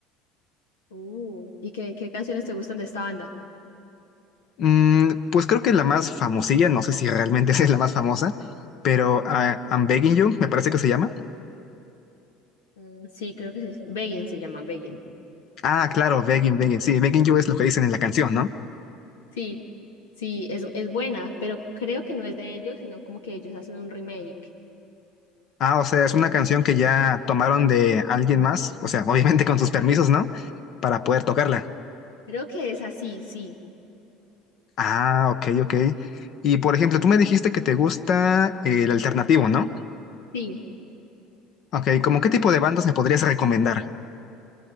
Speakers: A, on the left; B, on the left.
A: Uh, ¿y qué, qué canciones te gustan de esta banda?
B: Mm, pues creo que la más famosilla, no sé si realmente <laughs> esa es la más famosa, pero ah, I'm Begging You, me parece que se llama.
A: Mm, sí, creo que sí. Begin se llama Begin.
B: Ah, claro, begging, begging. Sí, begging you es lo que dicen en la canción, ¿no?
A: Sí, sí, es, es buena, pero creo que no es de ellos, sino como que ellos hacen un remake.
B: Ah, o sea, es una canción que ya tomaron de alguien más, o sea, <laughs> obviamente con sus permisos, ¿no? Para poder tocarla.
A: Creo que es así, sí,
B: Ah, ok, ok. Y por ejemplo, tú me dijiste que te gusta el alternativo, ¿no?
A: sí.
B: Ok, ¿cómo qué tipo de bandas me podrías recomendar?